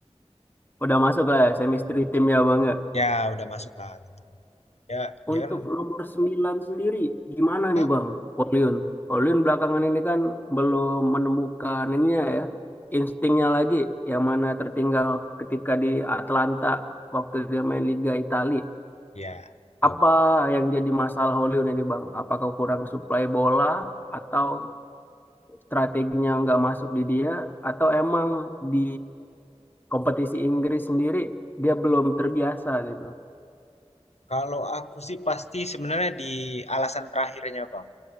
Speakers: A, on the left; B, on the left.
A: Udah masuk lah semistri timnya Bang ya.
B: Ya, udah masuk lah gitu. Ya, dia
A: Untuk
B: kan
A: nomor 9 sendiri, gimana
B: Hah?
A: nih Bang Koliun? Koliun belakangan ini kan belum menemukan ininya ya, instingnya lagi, yang mana tertinggal ketika di Atlanta waktu dia main Liga Italia.
B: ya betul.
A: Apa yang jadi masalah Koliun ini Bang? Apakah kurang suplai bola, atau strateginya nggak masuk di dia, atau emang di kompetisi Inggris sendiri dia belum terbiasa gitu?
B: Kalau aku sih pasti sebenarnya di alasan terakhirnya, Bang,